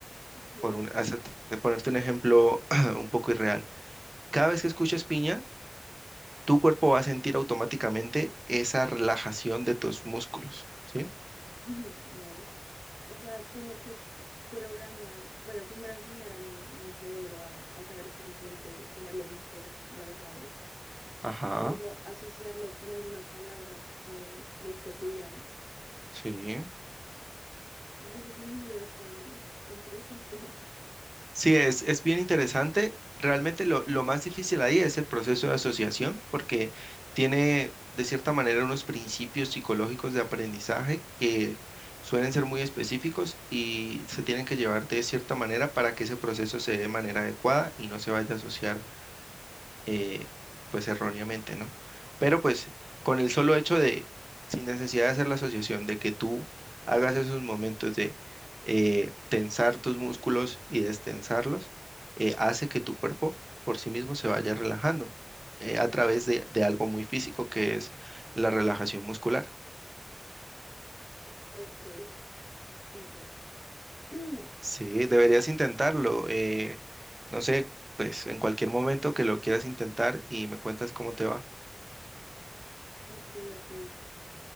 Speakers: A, on the left; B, on the right.
A: Ujú.
B: por un, hace- de ponerte un ejemplo <clears throat> un poco irreal. Cada vez que escuches piña, tu cuerpo va a sentir automáticamente esa relajación de tus músculos, ¿sí?
A: <laughs> Wow. O sea, tengo que programar, bueno, primero enseñar a mi, a mi cerebro a, a saber qué se siente tener los músculos relajados.
B: Ajá,
A: Luego asociarlo con alguna palabra como muy cotidiana.
B: sí.
A: Ah, ese ejercicio está, está interesante.
B: Sí, es, es bien interesante. Realmente lo, lo más difícil ahí es el proceso de asociación, porque tiene de cierta manera unos principios psicológicos de aprendizaje que suelen ser muy específicos y se tienen que llevar de cierta manera para que ese proceso se dé de manera adecuada y no se vaya a asociar eh, pues erróneamente, ¿no? Pero pues con el solo hecho de, sin necesidad de hacer la asociación, de que tú hagas esos momentos de eh, tensar tus músculos y destensarlos, eh, hace que tu cuerpo por sí mismo se vaya relajando eh, a través de, de algo muy físico que es la relajación muscular.
A: <laughs> Ok. Interesante. <clears throat>
B: Sí,
A: Bueno,
B: deberías intentarlo. eh, no sé, pues en cualquier momento que lo quieras intentar y me cuentas cómo te va.
A: ok, ok.